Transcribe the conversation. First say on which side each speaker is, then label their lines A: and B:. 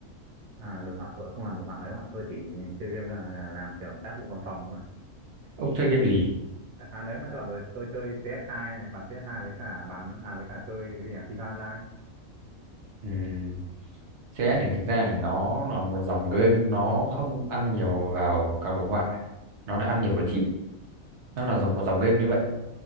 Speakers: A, on the right (about 75°); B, on the right (about 55°).
A: à, đồ họa tôi không làm đồ họa mấy bọn tôi chỉ chơi game là làm kiểu tác vụ văn phòng thôi
B: ông chơi game gì
A: à đấy mà tôi bảo rồi tôi chơi CS2 này bắn CS2 với cả bắn à với cả chơi cái gì nhỉ FIFA Online
B: Ừm, CS thì thực ra thì nó là một dòng game nó không ăn nhiều vào các đồ họa nó lại ăn nhiều vào chip nó là dòng- một dòng game như vậy